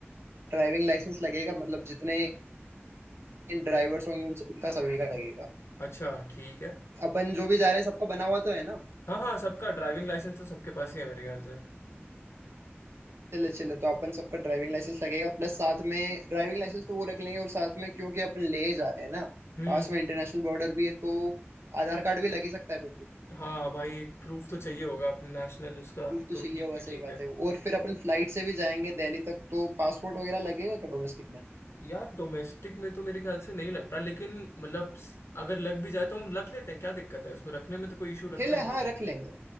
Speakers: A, on the right (about 70°); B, on the left (about 70°).
A: ड्राइविंग लाइसेंस लगेगा मतलब जितने ड्राइवर्स होंगे उन- उनका सभी का लगेगा
B: अच्छा ठीक है
A: अपन जो भी जा रहे हैं सबका बना हुआ तो है ना
B: हाँ हाँ सबका ड्राइविंग लाइसेंस तो सबके पास ही है मेरे ख्याल से
A: चले चले तो अपन सबका ड्राइविंग लाइसेंस लगेगा प्लस साथ में ड्राइविंग लाइसेंस तो वो रख लेंगे और साथ में क्योंकि अपन ले जा रहे हैं ना
B: हम्म
A: पास में इंटरनेशनल बॉर्डर भी है तो आधार कार्ड भी लग ही सकता है फिर तो
B: हाँ भाई एक प्रूफ तो चाहिए होगा अपने नेशनल उसका
A: प्रूफ तो
B: तो
A: चाहिए
B: ठीक
A: होगा
B: है ठीक
A: सही बात
B: है
A: है और फिर अपन फ्लाइट से भी जाएंगे दिल्ली तक तो पासपोर्ट वगैरह लगेगा क्या डोमेस्टिक में
B: यार डोमेस्टिक में तो मेरे ख्याल से नहीं लगता लेकिन मतलब स- अगर लग भी जाए तो हम रख लेते हैं क्या दिक्कत है उसमें रखने में तो कोई इशू लगता
A: ठीक
B: नहीं
A: है हाँ
B: मुझे
A: रख लेंगे